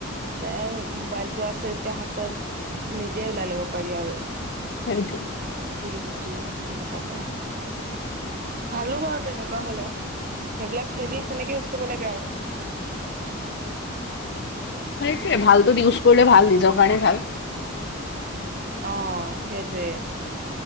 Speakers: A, on the right; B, on the left.
A: ন মোবাইলটো আছিল যে হাতত নি যে ওলাই ল'ব পাৰি আৰু
B: হয়টো
A: কি বুজিলো কনে কটাই ভালো বাৰু তেনেকুৱা হলে সেইবিলাক সেইবিলাক তেনেকে ইউজ কৰিব লাগে আৰু
B: সেইটোৱে ভালটোত ইউজ কৰিলে ভাল নিজৰ কাৰণে ভাল
A: অ সেইটোৱে